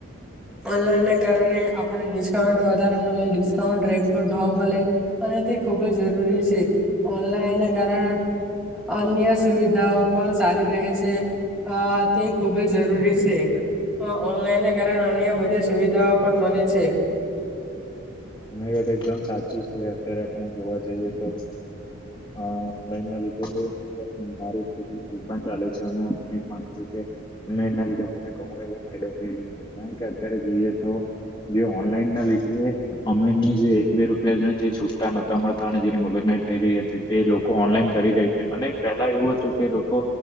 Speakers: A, in the centre; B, on the left.
A: ઓનલાઈન ના કારણે આપણને ડિસ્કાઉન્ટ વધારે મળે ડિસ્કાઉન્ટ રેટ પર ભાવ મળે અને ખૂબ જરૂરી છે ઓનલાઈન ના કારણે અન્ય સુવિધાઓ પણ સારી રહે છે તે ખુબ જ જરૂરી છે. હ ઓનલાઈનને કારણે અન્ય બધી સુવિધાઓ પણ મળે છે.
B: તમારી મરી વાત એકદમ સાચી છે. અત્યારે આપણે જોવા જઈએ તો અ લન ના લીધુંત મારીની દુકાન ચાલે છે અને હું એ માનું છું કે ના લીધે મને ઘણો એવો ફાયદો થઈ રહ્યો છે કારણ કે અત્યારે જોઈએ તો જે ઓનલાઈન ના લીધે અમે એને જે બે રૂપિયાને જે છૂટા નતા મળતા અને જેની મગજમારી થઈ રહી હતી તે લોકો ઓનલાઈન કરી જાય છે અને પેલા એવું હતું કે લોકો